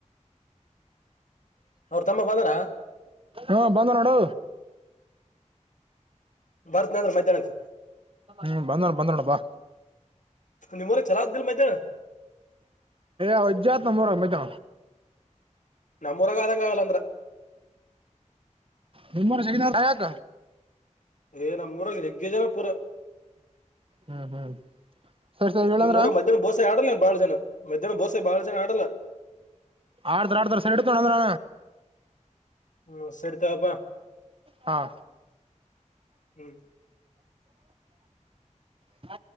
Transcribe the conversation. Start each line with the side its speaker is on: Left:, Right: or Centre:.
Left: ಅವರು ತಮ್ಮ ಬಂದರ
Right: ಹಾ ಬಂದ ನೋಡು
Left: ಭರತ್ನಂದ್ರ ಮೈ್ಯಾ್ನಕ್ಕೆ
Right: ಹ್ಮ್ ಬಂದೋಣ ಬಂದೋಡಪ್ಪಾ
Left: ನಿಮ್ಮೂರಾಗ ಚಲೋ ಆಗ್ದಿಲ್ಲ ಮಧ್ಯಾಹ್ನ
Right: ಅವಜ್ಜಾತ್ ನಮ್ಮರ ಮಜಾ
Left: ನಮ್ಮ ಮುರಗಾದಂಗಾಗಲ್ಲ ಅಂದ್ರೆ
Right: ನಿರು ಶಗ ಯಕ
Left: ಏ ನಮ್ಮೂರ ಹೆಗ್ಗ ಜನ ಪೂರ
Right: ಹ್ಮ್ ಹ್ಮ್ ಸರಿ ಸರಿ ಹೇಳಂದ್ರ
Left: ನಿಮ್ಮ್ೂಊರ ಮಧ್ಯಾಹ್ನ ಬೋಸ ಆಡಲ್ಲ ಬಾಳ ಜನ ಮೆದ್ಯಾಹ್ ಬೋಸಾಯ ಬಾಳ ಜನ ಆಡಲ್ಲ
Right: ಆಡ್ತಾರ ಆಡ್ತಾರ ಸರಿ ಇಡ್ತಾನ ಅಂದ್ರ
Left: ಹ್ಮ ಸರಿತಪಾ
Right: ಹಾ
Left: ಹ್ಮ್ <inaudible>
Right: ಅ